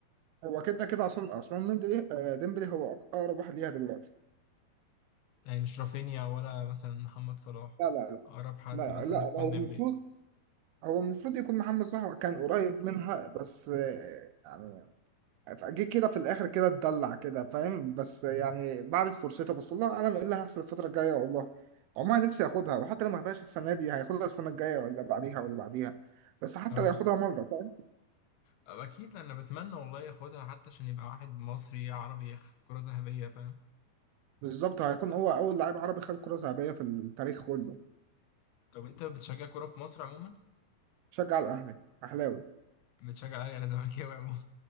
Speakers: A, on the right; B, on the left.
A: فهو كده كده عصام عثمان ديمبلي آه، ديمبلي هو اقرب واحد ليها دلوقتي
B: يعني مش رافينيا ولا مثلا محمد صلاح
A: لا لا لا
B: اقرب حد مثلا
A: لا
B: ممكن يكون
A: لا هو
B: ديمبلي
A: المفروض هو المفروض يكون محمد صلاح كان قريب منها بس آه، يعني فجه كده في الاخر كده اتدلع كده فاهم بس يعني بعد فرصته بس الله اعلم ايه اللي هيحصل الفتره الجايه والله عمري نفسي اخدها وحتى لو ما اخدهاش السنه دي هياخدها السنه الجايه ولا بعديها ولا بعديها بس حتى
B: اه
A: لو ياخدها مره فاهم
B: اكيد انا بتمنى والله ياخدها حتى عشان يبقى واحد مصري عربي ياخد كرة ذهبية فاهم
A: بالظبط هيكون هو اول لاعب عربي خد كره ذهبيه في التاريخ كله
B: طب انت بتشجع كرة في مصر عموما
A: فشجع الاهلي اهلاوي
B: بتشجع ايه؟ انا زملكاوي عموما